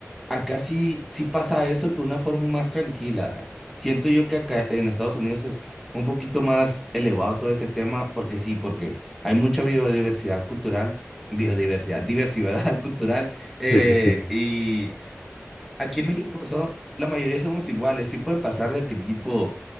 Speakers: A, in the centre; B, on the left.
A: Acá sí, sí pasa eso, pero de una forma más tranquila. eh. Siento yo que acá en Estados Unidos es un poquito más elevado todo ese tema, porque sí, porque hay mucha biodiversidad cultural, biodiversidad, diversidad <laughs> cultural, eh,
B: Sí, sí, sí.
A: y aquí en México so- la mayoría somos iguales, sí puede pasar de que tipo